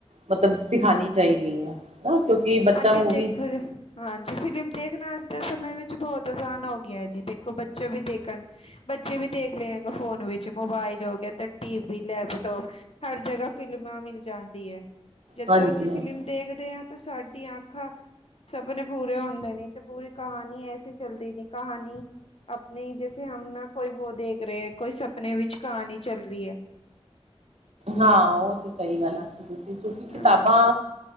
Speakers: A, on the right (about 85°); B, on the left (about 65°).
A: ਮਤਲਬ ਸੀਖਾਣੀ ਚਾਹੀਦੀ ਹੈ, ਨਾ ਕਿਉਂਕਿ ਬੱਚਾ
B: ਅੱਜੀ
A: ਮੂਵੀ
B: ਦੇਖ ਹਾਂਜੀ ਫ਼ਿਲਮ ਦੇਖਣਾ ਅੱਜ ਦੇ ਸਮੇਂ ਵਿੱਚ ਬਹੁਤ ਆਸਾਨ ਹੋ ਗਿਆ ਜੀ ਦੇਖੋ ਬੱਚੇ ਵੀ ਦੇਖਣ। ਬੱਚੇ ਵੀ ਦੇਖ ਲਏ ਹੈ ਫੋਨ ਵਿੱਚ ਮੋਬਾਇਲ ਹੋ ਗਿਆ ਤੇ ਟੀ ਵੀ ਲੈਪਟੋਪ ਹਰ ਜਗ੍ਹਾ ਫਿਲਮਾਂ ਮਿਲ ਜਾਂਦੀ ਹੈ ਜਦੋਂ
A: ਹਾਂਜੀ-ਹਾਂਜੀ।
B: ਅਸੀਂ ਫਿਲਮ ਦੇਖਦੇ ਹਾਂ, ਤੇ ਸਾਡੀਆਂ ਆਂਖਾ ਸਪਨੇ ਪੂਰੇ ਹੁੰਦੇ ਨੀਂ ਤੇ ਪੂਰੀ ਕਹਾਣੀ ਐਸੇ ਚੱਲਦੀ ਨੀਂ ਕਹਾਣੀ। ਆਪਣੇ ਹੀ ਜੈਸੇ ਹਮ ਨਾ ਕੋਈ ਵੋ ਦੇਖ ਰਹੇ ਹੈ ਕੋਈ ਸਪਨੇ ਵਿੱਚ ਕਣੀ ਚੱਲ ਰਹੀ ਹੈ,
A: ਹਾਂ ਉਹ ਤੇ ਸਹੀ ਗਲ ਏ ਤੁਸੀਂ ਫਿਰ ਕਿਤਾਬਾਂ
B: ਹਾਂ